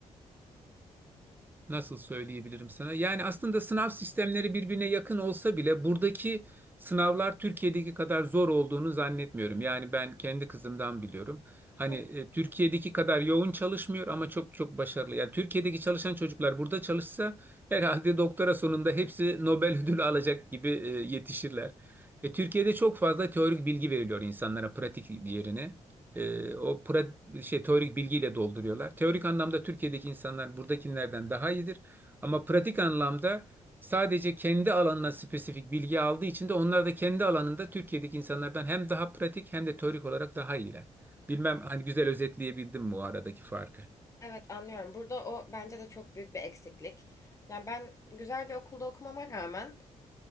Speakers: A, on the right; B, on the left.
A: Nasıl söyleyebilirim sana? Yani aslında sınav sistemleri birbirine yakın olsa bile buradaki sınavlar Türkiye'deki kadar zor olduğunu zannetmiyorum. Yani ben kendi kızımdan biliyorum. Hani
B: Hı.
A: e, Türkiye'deki kadar yoğun çalışmıyor ama çok çok başarılı. Yani Türkiye'deki çalışan çocuklar burada çalışsa herhalde doktora sonunda hepsi Nobel ödülü alacak gibi e, yetişirler. E, Türkiye'de çok fazla teorik bilgi veriliyor insanlara pratik yerine. E, o pra- şey teorik bilgiyle dolduruyorlar. Teorik anlamda Türkiye'deki insanlar buradakilerden daha iyidir. Ama pratik anlamda sadece kendi alanına spesifik bilgi aldığı için de onlar da kendi alanında Türkiye'deki insanlardan hem daha pratik hem de teorik olarak daha iyiler. Bilmem hani güzel özetleyebildim mi o aradaki farkı?
B: Evet anlıyorum. Burada o bence de çok büyük bir eksiklik. Yani ben güzel bir okulda okumama rağmen